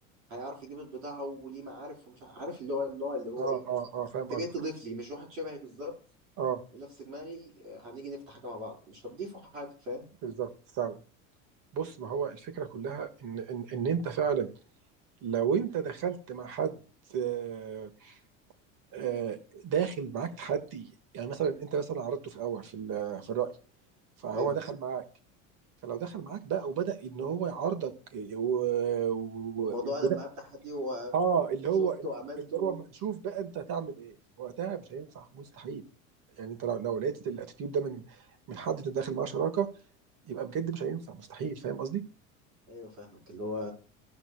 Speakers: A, on the right; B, on the right.
A: هيعرف يجيب البضاعة وليه معارف ومش عارف اللي هو النوع اللي هو
B: اه
A: إيه
B: اه اه فاهم
A: أنت
B: قصدك
A: جاي تضيف لي مش واحد شبهي بالظبط
B: اه
A: ونفس دماغي آه، هنيجي نفتح حاجة مع بعض مش هتضيفوا حاجة فاهم
B: بالظبط فعلا بص ما هو الفكره كلها ان ان ان انت فعلا لو انت دخلت مع حد آه آه داخل معاك تحدي يعني مثلا انت مثلا عرضته في الاول في ال- في الراي فهو
A: أيوه
B: دخل معاك فلو دخل معاك بقى وبدأ ان هو يعارضك و... و...
A: والموضوع
B: يا و...
A: قلب
B: نهار
A: معايا بتحدي وشفته
B: اه اللي هو
A: وعملته
B: اللي هو ما نشوف بقى انت هتعمل ايه وقتها مش هينفع مستحيل يعني انت لو, لو لقيت الاتيتيود ده من من حد انت داخل معاه شراكه يبقى بجد مش هينفع مستحيل فاهم قصدي؟
A: أيوه فاهمك اللي هو